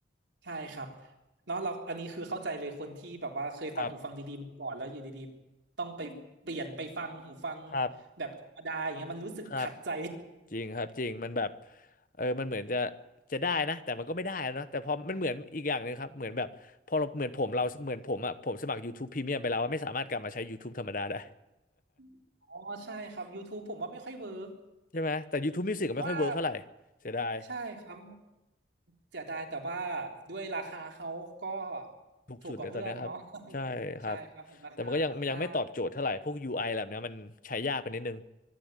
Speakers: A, on the right; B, on the left.
A: ใช่ครับเนาะเราอันนี้คือเข้าใจเลยคนที่แบบว่าเคยฟังหูฟังดีๆมาก่อนแล้วอยู่ดีๆต้องไปเปลี่ยนไปฟังหูฟัง
B: ครับครับ
A: แบบธรรมดาอย่างเงี้ยมันรู้สึกขัดใจ
B: ครับ จริงครับจริงมันแบบเออมันเหมือนจะจะได้นะแต่มันก็ไม่ได้นะเนาะแต่พอมันเหมือนอีกอย่างหนึ่งครับเหมือนแบบพอเราเหมือนผมเราเหมือนผมอ่ะผมสมัคร YouTube Premium ไปแล้วอะไม่สามารถกลับมาใช้ YouTube ธรรมดาได้
A: <laughs> อ๋อใช่ครับ YouTube ผมว่าไม่ค่อยเวิร์ก
B: <laughs> ใช่ไหมแต่ YouTube Music ก็ไม่ค่อยเวิร์กเท่าไหร่เสียดาย
A: ว่า ใช่ครับเสียดายแต่ว่าด้วยราคาเขาก็
B: ถูกสุดเลยตอนเนี้ยครับใช่ครับ
A: ถูกกว่าเพื่อนเนาะ <laughs> ใช่ครับราคาค่า
B: แต่มันก็ยังมันยังไม่ตอบโจทย์เท่าไหร่พวก UI แบบเนี้ยมันใช้ยากไปนิดนึง